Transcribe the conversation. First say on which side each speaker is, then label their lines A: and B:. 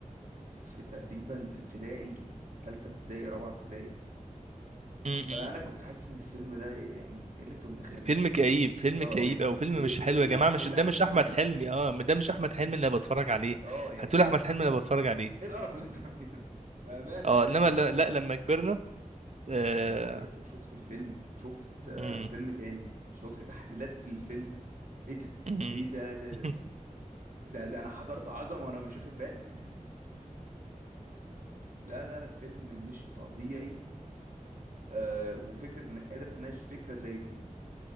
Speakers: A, on the right; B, on the right.
A: في تقريبا في ابتدائي تالتة ابتدائي رابعة ابتدائي
B: م-
A: فانا
B: م-
A: كنت حاسس ان الفيلم ده إيه يعني ايه اللي انتوا مدخلينها
B: م. فيلم كئيب فيلم
A: اه
B: كئيب
A: وايه
B: او فيلم
A: وايه
B: مش
A: وايه
B: حلو
A: اللي
B: يا جماعه مش
A: وايه اللي
B: ده
A: احمد
B: مش
A: حلمي
B: احمد
A: عامله
B: حلمي اه ده مش احمد حلمي اللي أنا بتفرج عليه
A: اه يعني
B: هتقول
A: ايه
B: احمد حلمي اللي أنا بتفرج عليه
A: ايه القرف اللي انتوا عاملينه ده <laughs> بامانه
B: اه
A: يعني
B: انما
A: إيه ده
B: لا, لا لما كبرنا آه...
A: كبرت وشفت الفيلم شفت آه
B: م-
A: الفيلم تاني شفت تحليلات في الفيلم ايه ده
B: م-
A: ايه ده ده
B: <laughs>
A: ده, ده. ده ده انا حضرت عظمه وانا مش واخد بالي <laughs> لا لا لا فيلم مش طبيعي آه وفكره انك قادر تناقش فكره زي دي